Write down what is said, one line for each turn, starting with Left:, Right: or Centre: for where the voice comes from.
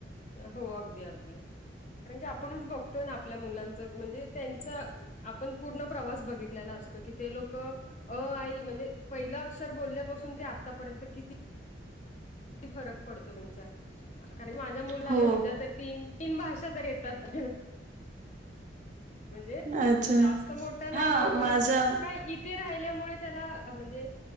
Left: हो अगदी अगदी कारण की आपणच बघतोय ना आपल्या मुलांच म्हणजे त्यांच आपण पूर्ण प्रवास बघितलेला असतो की ते लोक अ आई म्हणजे पहिलं अक्षर बोलल्यापासून ते आतापर्यंत किती फरक पडतो त्यांचा कारण की माझ्या मु
Right: हो,
Left: आता सध्या तीन तीन भाषा तर येतात म्हणजे
Right: अच्छा.
Left: तो जास्त मोठा नाहीये
Right: हां,
Left: पण
Right: माझा
Left: काय ते राहिल्यामुळे त्याला म्हणजे